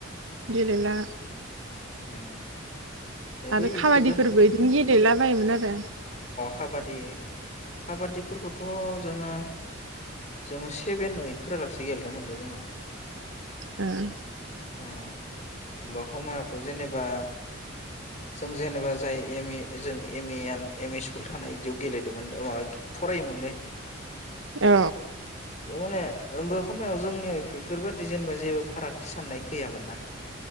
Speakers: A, on the right; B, on the left.
A: गेलेला
B: उम दा
A: आरो
B: बैफोरखौ
A: खाबादिफोरबो गदिनो गेलेला बायोमोन आरो।
B: खाबादि खाबादि फोरखौथ' जोङो जोङो सेभेन ओइट फोरलासे गेलेनो मोन्दों जोङो।
A: उम
B: <inaudible> आ होमबा खमायावथ' जेनेबा जों जेनेबा जाय एम ए जों एम ए आन एम ए स्कुल थानाय इदियाव गेलेदोंमोन आ फरायोमोनलै।
A: औ
B: एवमाने होनबा समायाव जोंनियाव इबेफोरबायादि जेनेबा जेबो फारागथि साननाय गैयामोन ना